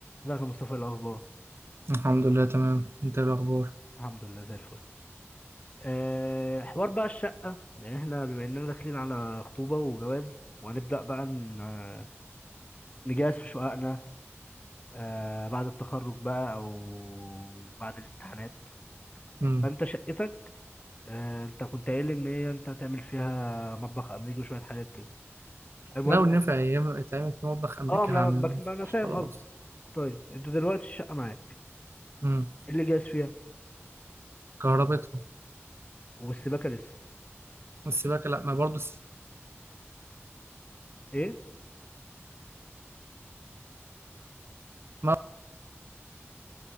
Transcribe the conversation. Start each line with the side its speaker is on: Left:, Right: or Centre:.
Left: ازيك يا مصطفى إيه الاخبار
Right: الحمد لله تمام انت ايه الاخبار
Left: الحمد لله زي الفل أه حوار بقى الشقه يعني احنا بما اننا داخلين على خطوبه وجواز وهنبدا بقى ن- آه، نجهز في شققنا أه بعد التخرج بقى او بعد الامتحانات
Right: امم
Left: فانت شقتك أه انت كنت قايل ان هي انت هتعمل فيها مطبخ امريكي وشويه حاجات كده المهم
Right: لو نفع
Left: يعني-
Right: ايام يتعمل في مطبخ امريكا
Left: اه ما
Right: هعمل
Left: انا بك-
Right: ما ينفعش
Left: ما أنا فاهم
Right: خلاص
Left: قصدي طيب انت دلوقتي الشقه معاك
Right: امم
Left: ايه اللي جاهز فيها
Right: كهربتهم
Left: والسباكه لسه
Right: السباكه لا ما برضو الس...
Left: ايه
Right: ما...